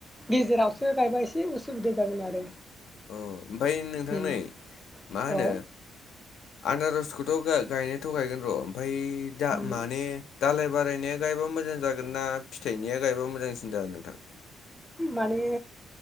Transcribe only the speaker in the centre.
गेजेरावसो गायबा एसे उसुबिदा जागोन आरो।
उम
औ
उम
माने